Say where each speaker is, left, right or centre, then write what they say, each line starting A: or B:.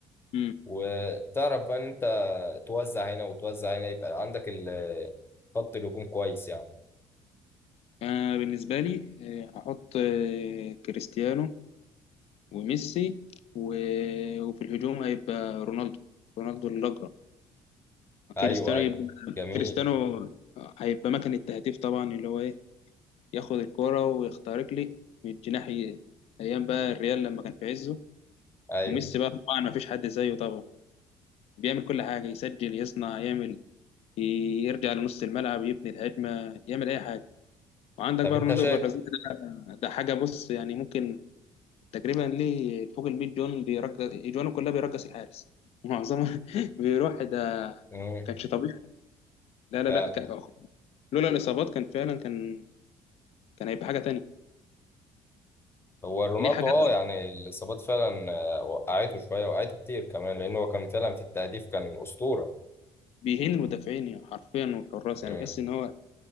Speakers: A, on the left; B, on the left.
A: مم.
B: وتعرف بقى ان انت توزع هنا وتوزع هنا يبقى عندك ال- خط الهجوم كويس يعني
A: انا بالنسبة لي آه، هحط آه، كريستيانو وميسي و... وفي الهجوم هيبقى رونالدو رونالدو الأجرة
B: ايوه
A: كريستيانو
B: ايوه
A: يبقى
B: جميل
A: كريستيانو هيبقى مكان التهديف طبعا اللي هو ايه ياخد الكرة ويخترق لي من الجناح ي- ايام بقى الريال لما كان في عزه
B: ايوه
A: وميسي بقى طبعا ما فيش حد زيه طبعا بيعمل كل حاجة يسجل يصنع يعمل ي- يرجع لنص الملعب يبني الهجمة يعمل أي حاجة وعندك
B: طب
A: بقى
B: انت
A: رونالدو
B: شايف
A: البرازيلي ده ده حاجة بص يعني ممكن تقريبا ليه فوق ال 100 جون بيرجس اجوانه كلها بيرجس الحارس معظمها <laughs> بيروح ده
B: امم
A: كانش طبيعي لا لا
B: فعلا
A: لا كان- لولا الاصابات كان فعلا كان كان هيبقى حاجه تانية
B: هو رونالدو
A: ليه حاجات
B: اه يعني الاصابات فعلا آه، وقعته شويه وقعته كتير كمان لان هو كان فعلا في التهديف كان اسطوره
A: بيهين المدافعين يعني حرفيا والحراس
B: امم
A: يعني بحس ان هو